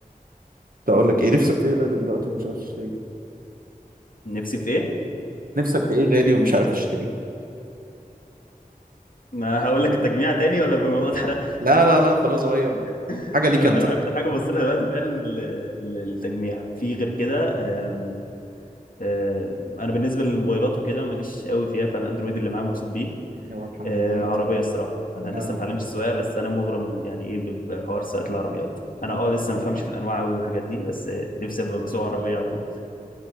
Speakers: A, on the right (about 70°); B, on the left (about 70°).
A: اقول لك ايه نفسك في ايه غالي دلوقتي ومش عارف تشتريه
B: نفسي في ايه؟
A: نفسك في ايه غالي ومش عارف تشتريه
B: ما هقول لك التجميع تاني ولا بالموضوع اتحرق
A: لا لا لا خلاص غير بقى
B: <laughs>
A: حاجه
B: آه،
A: ليك انت
B: انا اكتر حاجه ببص لها دلوقتي فعلا ال- ال- التجميع في غير كده آم، آه، انا بالنسبه للموبايلات وكده ماليش قوي فيها فالاندرويد اللي معايا مبسوط بيه
A: يلا الحمد
B: آه،
A: لله رضا
B: عربيه الصراحه انا لسه
A: اه
B: ما اتعلمتش السواقه بس انا مغرم يعني ايه ب- بحوار سواقه العربيات انا
A: مم.
B: اه لسه ما فهمش في الانواع قوي والحاجات دي بس آه، نفسي ابقى بسوق عربيه عموما